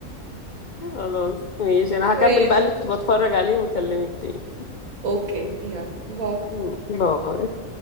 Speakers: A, on the left (about 75°); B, on the right (about 80°).
A: خلاص ماشي انا
B: ماشي
A: هكمل بقى اللي كنت بتفرج عليه واكلمك تاني
B: اوكي يلا باي
A: مم. باي